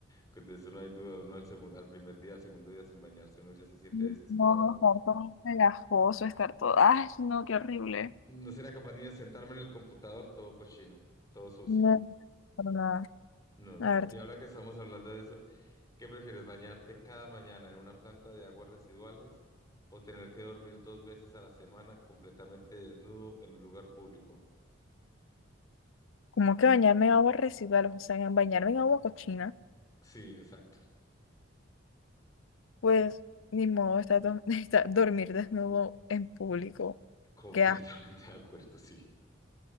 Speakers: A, on the left; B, on the left.
A: Con eso no hay duda. Uno al segundo, al primer día, al segundo día sin bañarse, uno ya se siente
B: Sí,
A: desesperado.
B: No, estar todo pegajoso, estar todo. ¡Ay, no, qué
A: N-
B: horrible!
A: No sería capaz ni de sentarme en el computador todo cochino, todo sucio.
B: No, para nada.
A: No, no,
B: A
A: no.
B: ver,
A: Y ahora que estamos hablando de eso, ¿qué prefieres, bañarte cada mañana en una planta de aguas residuales o tener que dormir dos veces a la semana completamente desnudo en un lugar público?
B: como que bañarme en agua residual, o sea, en- bañarme en agua cochina.
A: Sí, exacto.
B: Pues ni modo, está, do- <laughs> está- dormir desnudo en público.
A: Completamente
B: Qué asco,
A: de acuerdo, sí.